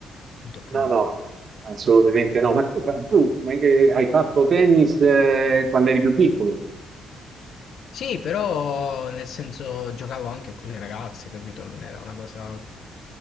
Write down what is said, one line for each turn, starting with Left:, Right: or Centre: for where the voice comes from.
Left: non ho capito.
Right: No, no, assolutamente no. Ma tu, tu, ma, eh, hai fatto tennis eh, quando eri più piccolo?
Left: Sì, però nel senso giocavo anche con le ragazze, capito? Non era una cosa